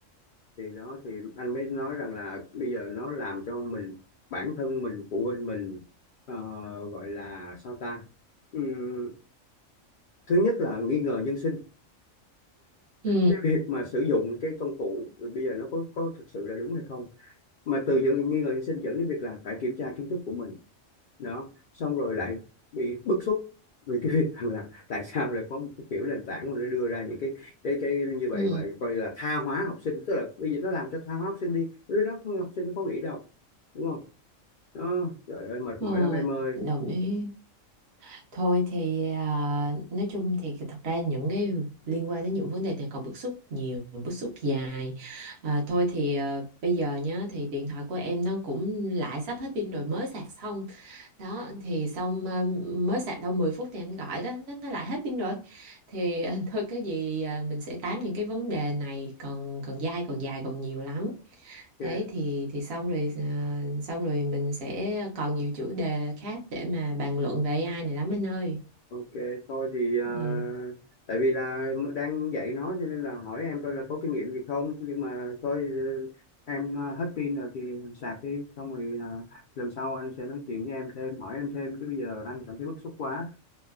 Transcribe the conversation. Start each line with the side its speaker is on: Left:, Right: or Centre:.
Left: thì đó thì anh mới nói rằng là bây giờ nó làm cho mình bản thân mình phụ huynh mình ờ, gọi là sao ta Ừm, thứ nhất là nghi ngờ nhân sinh
Right: Ừ,
Left: cái việc mà sử dụng cái công cụ bây giờ nó có có thực sự là đúng hay không mà từ những nghi ngờ sinh dẫn đến việc là phải kiểm tra kiến thức của mình nó xong rồi lại bị bức xúc vì cái <laughs> việc rằng là tại sao lại có một cái kiểu nền tảng mà nó đưa ra những cái cái cái như vậy
Right: ừ,
Left: mà coi là tha hóa học sinh tức là bây giờ nó làm cho tha hóa học sinh đi với nó học sinh nó có nghĩ đâu đúng không đó trời ơi mệt
Right: ừ,
Left: mỏi lắm em ơi
Right: đồng ý. Thôi thì à, nói chung thì thật ra những cái liên quan đến những vấn đề này còn bức xúc nhiều, bức xúc dài. À, thôi thì à, bây giờ nhá thì điện thoại của em nó cũng lại sắp hết pin rồi mới sạc xong. đó thì xong ờ, mới sạc đâu 10 phút thì anh gọi đó nó, nó lại hết pin rồi thì ờ, <laughs> thôi cái gì ờ, mình sẽ tám những cái vấn đề này còn còn dai còn dài còn nhiều lắm
Left: Ok.
Right: đấy thì thì xong rồi ờ, xong rồi mình sẽ còn nhiều chủ đề khác để mà bàn luận về AI này lắm anh ơi
Left: Ok, thôi thì à,
Right: ừ.
Left: tại vì là đang dạy nó cho nên là hỏi em coi là có kinh nghiệm gì không nhưng mà thôi ừ, em à, hết pin rồi thì sạc đi xong rồi à, lần sau anh sẽ nói chuyện với em thêm hỏi em thêm chứ bây giờ anh cảm thấy bức xúc quá.